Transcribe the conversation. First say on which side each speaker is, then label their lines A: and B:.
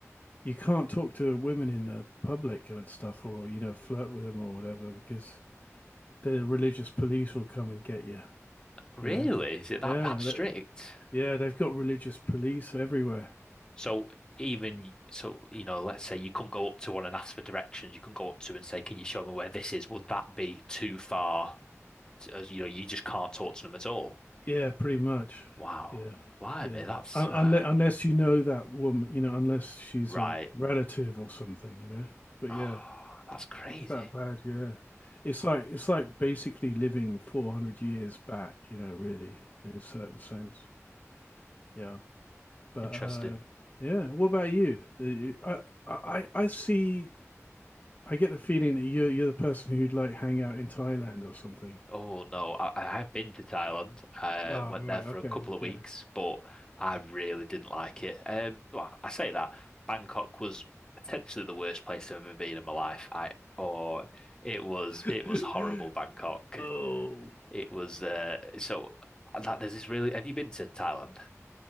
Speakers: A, on the left (about 35°); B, on the left (about 15°).
A: you can't talk to women in the public and stuff, or you know, flirt with them or whatever, because the religious police will come and get you.
B: Really?
A: You know,
B: Is it that
A: yeah,
B: that strict?
A: that, yeah, they've got religious police everywhere.
B: So even so, you know, let's say you couldn't go up to one and ask for directions. You couldn't go up to and say, "Can you show me where this is?" Would that be too far? To, as you know, you just can't talk to them at all.
A: Yeah, pretty much.
B: Wow.
A: Yeah,
B: Why,
A: yeah.
B: mate? That's
A: Un-
B: <sighs> uh,
A: unless unless you know that woman, you know, unless she's
B: right.
A: a relative or something, you know. But
B: Oh,
A: yeah,
B: that's crazy.
A: it's that bad. Yeah, it's like it's like basically living four hundred years back, you know, really in a certain sense. Yeah, but
B: Interesting.
A: uh, yeah. What about you? Uh, you- I I I see. I get the feeling that you're you're the person who'd like hang out in Thailand or something.
B: Oh no, I, I- I've been to Thailand. I
A: Oh,
B: went
A: right.
B: there for
A: Okay.
B: a couple of weeks, but I really didn't like it. Um, well, I say that Bangkok was potentially the worst place I've ever been in my life. I oh, it was
A: Okay.
B: it was horrible
A: <laughs>
B: Bangkok.
A: Oh.
B: It was uh, so that there's this really. Have you been to Thailand?